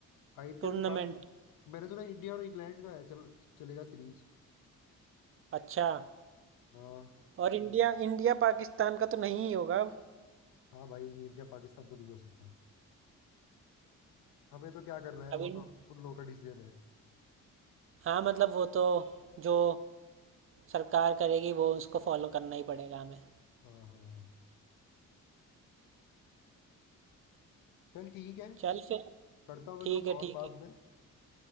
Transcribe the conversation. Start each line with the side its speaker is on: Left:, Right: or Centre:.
Left: आईपीएल
Right: टूर्नामेंट
Left: के बाद मैंने सुना इंडिया और इंग्लैंड का है चल चलेगा सीरीज
Right: अच्छा
Left: हाँ
Right: और इंडिया इंडिया पाकिस्तान का तो नहीं ही होगा अब
Left: हाँ भाई इंडिया पाकिस्तान तो नहीं हो सकता हमें तो क्या करना है
Right: अब
Left: वो
Right: इन
Left: तो उन लोगों का डिसीजन है
Right: हाँ मतलब वो तो जो सरकार करेगी वो उसको फॉलो करना ही पड़ेगा हमें
Left: हाँ हाँ हाँ चल ठीक है
Right: चल फिर
Left: करता हूँ मैं
Right: ठीक
Left: तेरे को
Right: है
Left: कॉल
Right: ठीक
Left: बाद
Right: है
Left: में